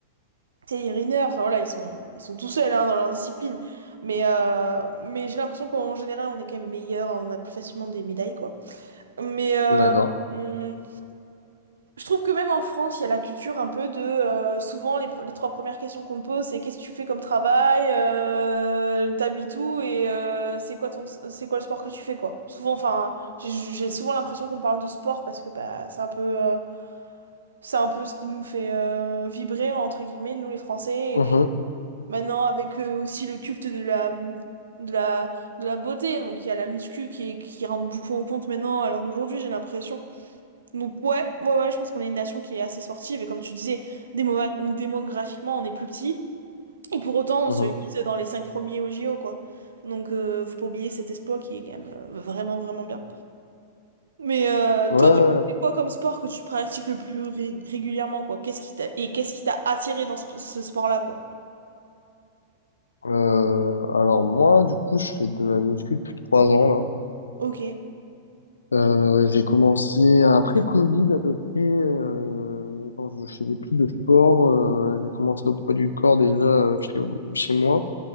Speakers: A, on the right; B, on the left.
A: Thierry Riner, enfin voilà, ils sont, ils sont tout seuls hein, dans leur discipline. Mais, euh, mais j'ai l'impression qu'en général, on est quand même meilleur, on a plus facilement des médailles, quoi. Mais euh,
B: D'accord.
A: hum, je trouve que même en France, il y a la culture un peu de... euh, souvent, les, pro- les trois premières questions qu'on te pose, c'est qu'est-ce que tu fais comme travail, euh, t'habites où et euh, c'est quoi ton, c'est quoi le sport que tu fais, quoi. Souvent, enfin, j'ai j'ai souvent l'impression qu'on parle de sport parce que bah, c'est un peu... euh, c'est un peu ce qui nous fait euh, vibrer, entre guillemets, nous les Français.
B: Mhm.
A: Et puis, Maintenant, avec euh, aussi le culte de la, mmh, de la, de la beauté, donc il y a la muscu qui, est- qui rentre beaucoup en compte maintenant à l'heure d'aujourd'hui, j'ai l'impression. Donc ouais, ouais, ouais, je pense qu'on est une nation qui est assez sportive, et comme tu disais, démo- démographiquement, on est plus petit, et pour autant,
B: Mhm.
A: on se hisse dans les cinq premiers au JO, quoi. Donc euh, faut pas oublier cet exploit qui est quand même euh, vraiment, vraiment bien. Mais euh,
B: Ouais.
A: toi, tu
B: ouais.
A: fais quoi comme sport que tu pratiques le plus ré- régulièrement, quoi? Qu'est-ce qui t'a, et qu'est-ce qui t'a attiré dans ce, ce sport-là, quoi?
B: Euh, alors moi, du coup, je fais de la muscu depuis trois ans là.
A: Ok,
B: Euh, j'ai commencé après le Covid à peu près, euh, quand je faisais plus de sport, euh, j'ai commencé au poids du corps déjà euh, chez, chez moi.